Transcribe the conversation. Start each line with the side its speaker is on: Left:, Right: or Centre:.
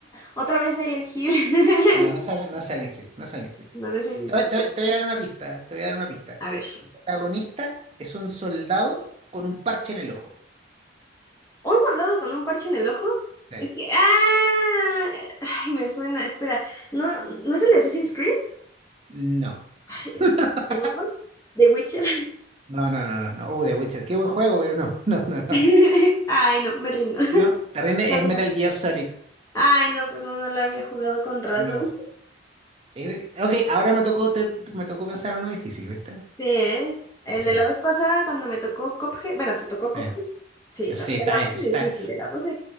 Left: Otra vez Silent Hill.
Right: No, no
Left: <laughs>
Right: sale, no es Silent Hill, no es Silent Hill.
Left: ¿Dónde es Silent
Right: Te voy,
Left: Hill?
Right: te voy- te voy a dar una pista, te voy a dar una pista.
Left: A ver,
Right: El protagonista es un soldado con un parche en el ojo.
Left: un soldado con un parche en el ojo.
Right: Sí.
Left: Es que, ah, ay, me suena. Espera, no, no es el de Assassin's Creed.
Right: No.
Left: Ay, ¿cómo
Right: <laughs>
Left: se llamaba? The Witcher.
Right: No, no, no, no, no. Uh, The Witcher. Qué buen juego, pero no, <laughs> no, no, no.
Left: <laughs> Ay, no, me rindo. <laughs>
Right: No, te rinde, es Metal Gear Solid.
Left: Ay, no, pues no, no lo había jugado con razón.
Right: Uno. Eh, ok, ahora me tocó, te- me tocó pensar en uno difícil, ¿viste?
Left: Sí, ¿eh? El
Right: Sí,
Left: de la vez pasada cuando me tocó Cuphead, bueno, te tocó Cuphead.
Right: sí.
Left: Sí, te
Right: Sí,
Left: la te
Right: está
Left: la
Right: difícil.
Left: puse
Right: Está,
Left: difícil, te la puse